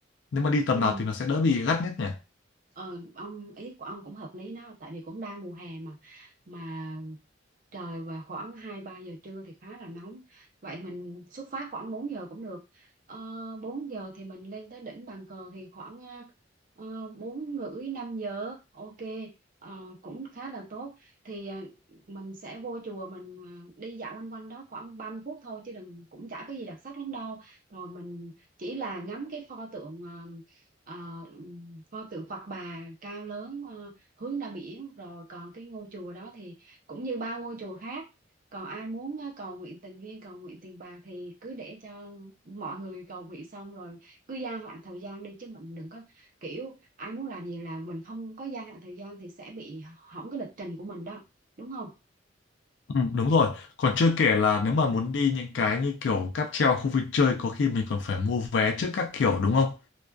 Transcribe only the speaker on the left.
nếu mà đi tầm
nào thì nó sẽ đỡ bị gắt nhất nhỉ
Ừ, đúng rồi. Còn chưa kể là nếu mà muốn đi những cái như kiểu cáp treo khu vui chơi có khi mình còn phải mua vé trước các kiểu đúng không?